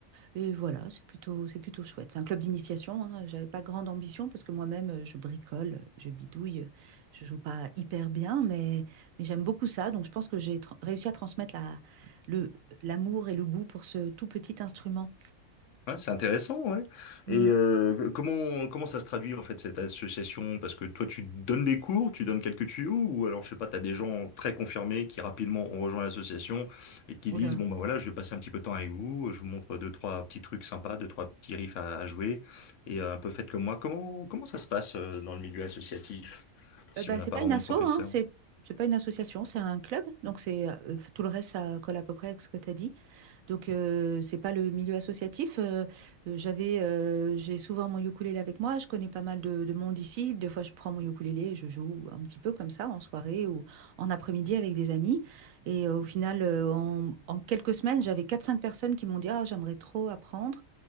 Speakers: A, on the right (about 75°); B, on the left (about 70°).
A: Et voilà, c'est plutôt, c'est plutôt chouette. C'est un club d'initiation, hein. J'avais pas grande ambition parce que moi-même, euh, je bricole, je bidouille, je joue pas hyper bien, mais, mais j'aime beaucoup ça. Donc, je pense que j'ai tra- réussi à transmettre la, le, l'amour et le goût pour ce tout petit instrument.
B: Ouais, c'est intéressant, ouais.
A: Hmm.
B: Et euh, comment comment ça se traduit en fait cette association? Parce que toi, tu donnes des cours, tu donnes quelques tuyaux, ou alors je sais pas, t'as des gens très confirmés qui rapidement ont rejoint l'association et qui
A: Oula.
B: disent bon ben voilà, je vais passer un petit peu de temps avec vous, je vous montre deux trois petits trucs sympas, deux trois petits riffs à, à jouer et euh, un peu faites comme moi. Comment comment ça se passe euh, dans le milieu associatif si
A: Euh, bah,
B: on n'a
A: c'est
B: pas
A: pas
B: vraiment
A: une asso,
B: de professeur?
A: hein. C'est, c'est pas une association, c'est un club. Donc, c'est, euh, tout le reste, ça colle à peu près avec ce que tu as dit. Donc, euh, c'est pas le milieu associatif. Euh, euh, j'avais, euh, j'ai souvent mon ukulélé avec moi. Je connais pas mal de, de monde ici. Des fois, je prends mon ukulélé et je joue un petit peu comme ça en soirée ou en après-midi avec des amis. Et euh, au final, euh, en, en quelques semaines, j'avais quatre cinq personnes qui m'ont dit, Ah, j'aimerais trop apprendre.